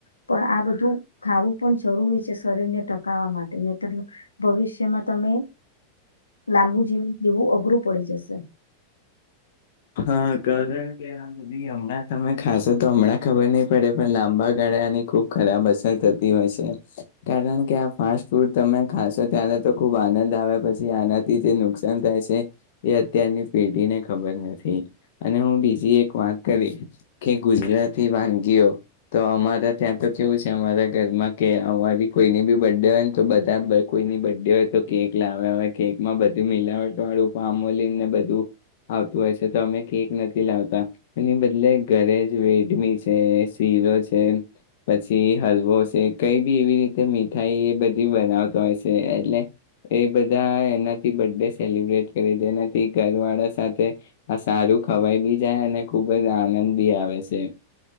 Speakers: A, on the left; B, on the left.
A: પણ આ બધું ખાવું પણ જરૂરી છે શરીર ને ટકાવવા માટે ને તર ભવિષ્યમાં તમે લાંબુ જીવ જેવું અઘરું પડી જશે
B: હા કારણ કે સુધ હમણાં તમે ખાશો તો હમણાં ખબર નહી પડે પણ લાંબા ગાળા આની ખુબ ખરાબ અસર થતી હોય છે કારણ કે આ ફાસ્ટ ફૂડ તમે ખાશો ત્યારે તો ખુબ આનંદ આવે પછી આનાથી જે નુકસાન થાય છે એ અત્યારની પેઢીને ખબર નથી અને હું બીજી એક વાત કરી કે ગુજરાતી વાનગીઓ તો અમારા ત્યાં તો કેવું છે અમારા ઘરમાં કે અમા ભી કોઈની બી બર્થ ડે હોય ને તો બધા કોઈની બર્થ ડે હોય તો કેક લાવ્યા હોય કેકમાં બધું મિલાવટ વાળું ફમોલીને બધું આવતું હોય છે અ કેક નથી લાવતા એની બદલે ઘરે જ વેડમી છે શીરો છે પછી હલવો છે કઈ ભી એવી રીતે મીઠાઈ એ બધી બનાવતો હોય છે એટલે એ બધા એનાથી બ ડે સેલબ્રેટ કરી એનાથી ઘર વાળા સાથે આ સારું ખવાય ભી જાય અને ખુબ જ આનંદ ભી આવે છે